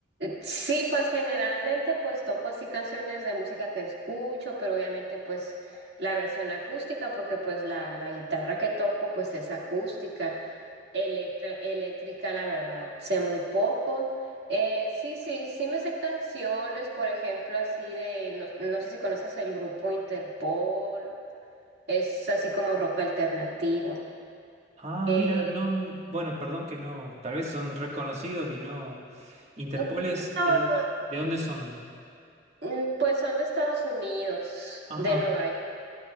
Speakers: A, on the right; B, on the right.
A: sí, pues generalmente pues toco así canciones de música que escucho, pero obviamente pues la versión acústica, porque pues la, la guitarra que toco pues es acústica. Electra, eléctrica, la verdad, sé muy poco. Eh, sí, sí, sí me sé canciones, por ejemplo, así de, no, no sé si conoces el grupo Interpol, es así como rock alternativo.
B: Ah,
A: Eh,
B: mira, no, bueno, perdón que no, tal vez son reconocidos y no. Interpoles
A: y no,
B: es,
A: no,
B: ¿de dónde son?
A: mm, pues son de Estados Unidos,
B: Ajá.
A: de Nueva York.